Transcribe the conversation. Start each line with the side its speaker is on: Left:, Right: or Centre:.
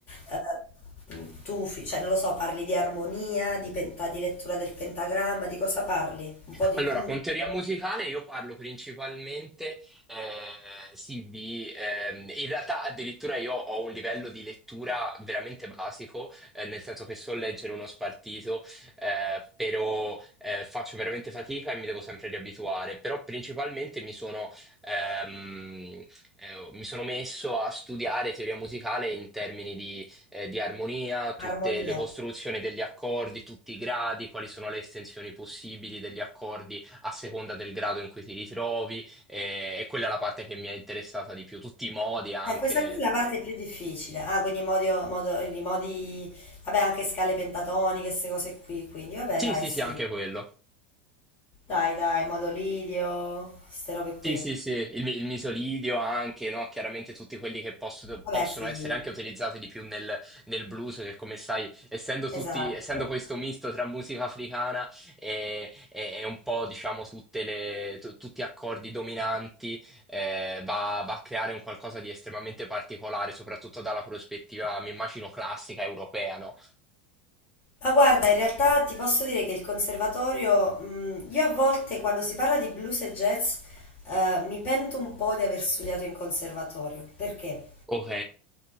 Left: eh, tu, fi- cioè non lo so, parli di armonia, di, penta- di lettura del pentagramma, di cosa parli? Un po' di
Centre: Allora,
Left: tutto,
Centre: con teoria musicale io parlo principalmente eh, sì, di... ehm, in realtà addirittura io ho un livello di lettura veramente basico, eh, nel senso che so leggere uno spartito, eh, però eh, faccio veramente fatica e mi devo sempre riabituare. Però principalmente mi sono, ehm, eh, mi sono messo a studiare teoria musicale in termini di eh, di armonia, tutte
Left: armonia.
Centre: le costruzioni degli accordi, tutti i gradi, quali sono le estensioni possibili degli accordi a seconda del grado in cui ti ritrovi, eh, e quella è la parte che mi è interessata di più, tutti i modi anche.
Left: Eh, questa qui è la parte più difficile. Ah, quindi modi, modi, modi, vabbè, anche scale pentatoniche, queste cose qui, quindi vabbè,
Centre: Sì,
Left: dai,
Centre: sì,
Left: sì.
Centre: sì, anche quello.
Left: Dai, dai, modo lidio, queste robe
Centre: Sì,
Left: qui.
Centre: sì, sì, il, mi- il misolidio anche, no? Chiaramente tutti quelli che posso-
Left: Vabbè,
Centre: possono
Left: sì,
Centre: essere anche utilizzati di più nel, nel blues, che come sai, essendo
Left: esatto.
Centre: tutti, essendo questo misto tra musica africana e, e- e un po', diciamo, tutte le, tu- tutti accordi dominanti, eh, va, va a creare un qualcosa di estremamente particolare, soprattutto dalla prospettiva, mi immagino, classica europea, no?
Left: Ma guarda, in realtà ti posso dire che il conservatorio, mh, io a volte quando si parla di blues e jazz, eh, mi pento un po' di aver studiato in conservatorio. Perché?
Centre: Ok.